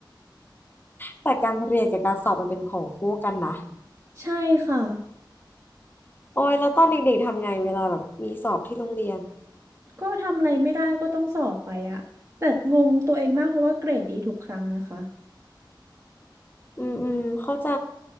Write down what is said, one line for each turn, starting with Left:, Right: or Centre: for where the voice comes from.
Left: แต่การเรียนกับการสอบมันเป็นของคู่กันนะ
Right: ใช่ค่ะ
Left: โอ้ยแล้วตอนเด็กๆทำไงเวลาแบบมีสอบที่โรงเรียน
Right: ก็ทำอะไรไม่ได้ก็ต้องสอบไปอะแต่งงตัวเองมากเพราะว่าเกรดดีทุกครั้งนะคะ
Left: อืมอืมเข้าใจ